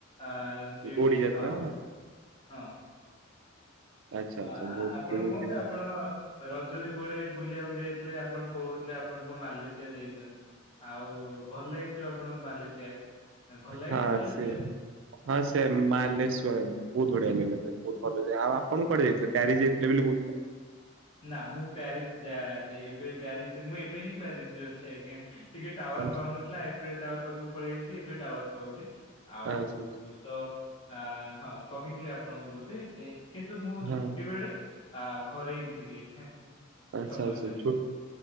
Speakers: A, on the left (about 25°); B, on the right (about 65°).
A: ଆ ସେଇଠି
B: ଗୋଡି ଯାତ୍ରା
A: ହଁ ହଁ।
B: ଆଚ୍ଛା
A: ଅ
B: ଆଚ୍ଛା
A: ଆ-ଆ-ଆପଣ
B: ବହୁତ ବହୁତ
A: କୁହନ୍ତୁ। ଆପଣ ରଜରେ କୁଆଡେ ବୁଲିବାକୁ ଯାଇଥିଲେ। ଆପଣ କହୁଥିଲେ ଆପଣ ମାଲେସିଆ ଯାଇଛନ୍ତି। ଆଉ ଭଲ ଲାଗିଥିବ ଆପଣଙ୍କୁ ମାଲେସିଆ। ଭଲ ଲାଗିଲା
B: ହଁ
A: ମାଲେସିଆ
B: ସେ ହଁ ସେ ମାଲେଶ୍ଵର ବହୁତ ବଢିଆ ଲିଙ୍ଗେଶ୍ୱର। ଆ-ଆ-ଆଉ ଆପଣଙ୍କ
A: ହଁ
B: କୁଆଡେ ଯାଇଥିଲେ। ପ୍ୟାରିସ୍ ଯାଇଥିଲେେ ବୋଲି କହୁଥିଲେ।
A: ନା ମୁଁ ପ୍ୟାରିସ୍ ଯା ଯି ଏବେ ପ୍ୟାରିସ୍ ରେ ମୁଁ ଏବେ ହିଁ ପ୍ୟାରିସ୍ ରେ ଅଛି ଆଜ୍ଞା। ଟିକେ ଟାୱାର
B: ଆଚ୍ଛା
A: ପାଉନଥିଲା। ଆଇପିଲ ଟାୱାର ପାଖକୁ ପଳେଇ ଆଇଛି ଏବେ ଟାୱାର ପାଉଛି। ଆଉ
B: ଆଚ୍ଛା ଆଚ୍ଛା।
A: ତ ଆ ହଁ କହିଥିଲି ଆପଣଙ୍କୁ ବୋଧେ। କିନ୍ତୁ ମୁଁ
B: ହଁ
A: ଛୁଟି ବେଳେ ଆ ଘରେ ହିଁ ଥିଲି।
B: ଆଛା
A: କ୍ଷମା
B: ଆଛା
A: କରିବେ
B: ଛୁ